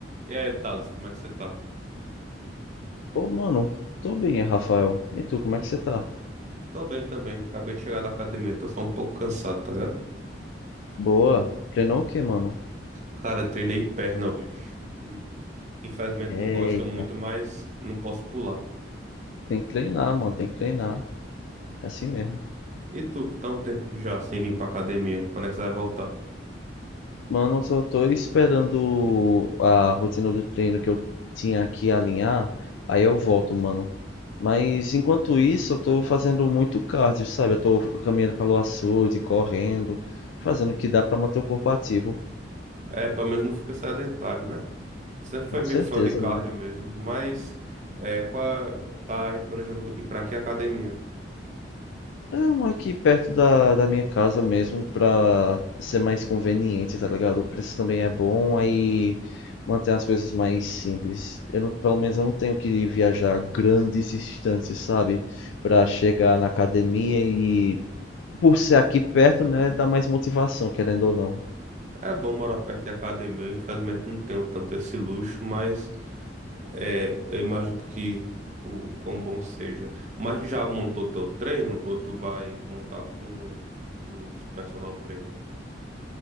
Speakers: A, on the right; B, on the left.
A: E aí, Thales, como é que você tá?
B: Ô, mano, tô bem, Rafael. E tu, como é que você tá?
A: Tô bem também. Acabei de chegar da academia, tô só um pouco cansado, tá ligado?
B: Boa. Treinou o quê, mano?
A: Cara, treinei perna hoje. Hum, Infelizmente
B: Eita.
A: não gosto muito, mas não posso pular.
B: Tem que treinar, mano, tem que treinar. É assim mesmo.
A: E tu, que tá um tempo já sem vir pra academia, quando é que você vai voltar?
B: Mano, eu só tô esperando a rotina do treino que eu tinha aqui alinhar. Aí eu volto, mano. Mas enquanto isso, eu tô fazendo muito cardio, sabe? Eu tô caminhando pelo açude, correndo, fazendo o que dá pra manter o corpo ativo.
A: É, pelo menos não fica sedentário, né? Sempre foi
B: Com
A: meio
B: certeza,
A: fã de cardio
B: mano.
A: mesmo, mas é, qual é- tá planejando ir pra que academia?
B: É um aqui perto da, da minha casa mesmo, pra ser mais conveniente, tá ligado? O preço também é bom, aí mantém as coisas mais simples. Eu não, pelo menos eu não tenho que viajar grandes distâncias, sabe? Pra chegar na academia e por ser aqui perto, né, dá mais motivação, querendo ou não.
A: É bom morar perto de academia, eu, infelizmente não tenho tanto esse luxo, mas é, eu imagino que o quão bom seja. Mas tu já montou teu treino ou tu vai montar com os personal trainer?